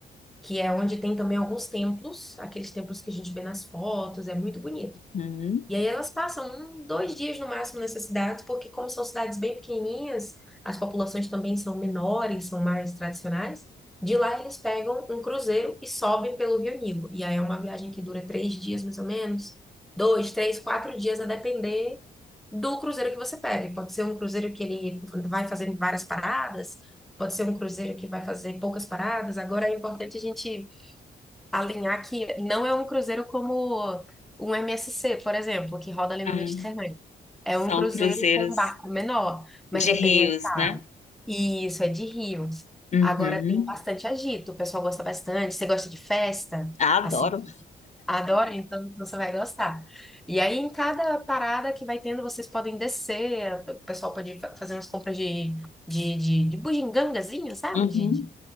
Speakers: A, in the centre; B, on the left.
A: que é onde tem também alguns templos, aqueles templos que a gente vê nas fotos, é muito bonito.
B: uhum,
A: E aí elas passam um, dois dias no máximo nessas cidades, porque como são cidades bem pequenininhas, as populações também são menores, são mais tradicionais. De lá eles pegam um cruzeiro e sobem pelo Rio Nilo. E aí é uma viagem que dura três dias mais ou menos, dois, três, quatro dias a depender do cruzeiro que você pega. Pode ser um cruzeiro que ele vai fazer várias paradas, pode ser um cruzeiro que vai fazer poucas paradas. Agora é importante a gente alinhar que não é um cruzeiro como um MSC, por exemplo, que roda ali no
B: uhum.
A: Mediterrâneo. É
B: São
A: um cruzeiro
B: cruzeiros
A: com um barco menor, mas
B: de
A: é
B: rios,
A: bem agitado.
B: né?
A: E isso é de rios.
B: Uhum.
A: Agora tem bastante agito, o pessoal gosta bastante. Você gosta de festa?
B: Ah,
A: Assim,
B: adoro.
A: adora, então você vai gostar. E aí, em cada parada que vai tendo, vocês podem descer, o pessoal pode fa- fazer umas compras de, de, de, de bugigangazinho, sabe?
B: Uhum.
A: De, de